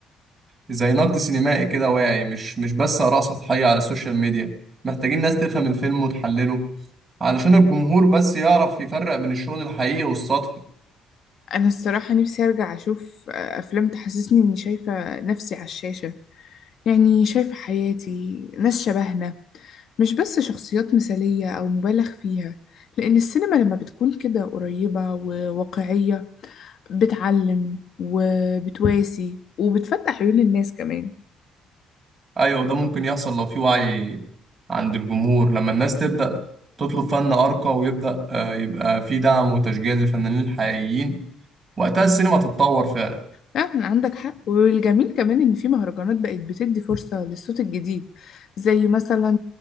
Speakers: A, on the right; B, on the left.
A: زي نقد سينمائي كده واعي مش مش بس آراء سطحية على السوشيال ميديا محتاجين ناس تفهم الفيلم وتحلله علشان الجمهور بس يعرف يفرق بين الشغل الحقيقي والسطحي
B: أنا الصراحة نفسي أرجع أشوف أفلام تحسسني إني شايفة نفسي على الشاشة يعني شايفة حياتي ناس شبهنا مش بس شخصيات مثالية أو مبالغ فيها لأن السينما لما بتكون كده قريبة وواقعية بتعلم وبتواسي وبتفتح عيون الناس كمان
A: أيوة وده ممكن يحصل لو في وعي عند الجمهور لما الناس تبدأ تطلب فن أرقى ويبدأ آه، يبقى في دعم وتشجيع للفنانين الحقيقيين وقتها السينما تتطور فعلا
B: فعلا عندك حق والجميل كمان إن في مهرجانات بقت بتدي فرصة للصوت الجديد زي مثلا